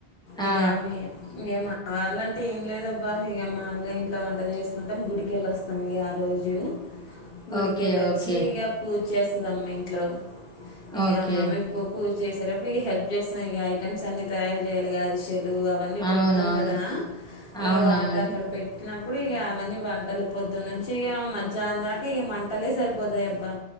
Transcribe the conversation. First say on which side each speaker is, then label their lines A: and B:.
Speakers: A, on the left; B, in the centre.
A: ఇక
B: ఆ!
A: మీ మీయ్యమ్ మా వాళ్ళంటే ఏం లేదబ్బా ఇక మామూగా ఇంట్లో వంట చేసుకుంటాం గుడికెల్లోస్తాం ఇక ఆ రోజు గుడికెళ్ళొచ్చి
B: ఓకే. ఓకే.
A: ఇక పూజ చేస్తుదమ్మ ఇంట్లో ఇక
B: ఓకే.
A: మమ్మీ పూ చేసేటప్పుడు ఇక హెల్ప్ చేస్తాం ఇక ఐటెమ్స్ అన్ని తయారు చేయాలి కాదు టెలు అవన్నీ పెడతాం
B: అవునవును.
A: కదా ఇక
B: అవునవును.
A: వాటినక్కడ పెట్టినప్ ఇప్పుడు ఇక అవన్నీ వంటలు పొద్దున్నంచి ఇక మధ్యాహ్నం దాకా ఇక వంటలే సరిపోతాయి అబ్బా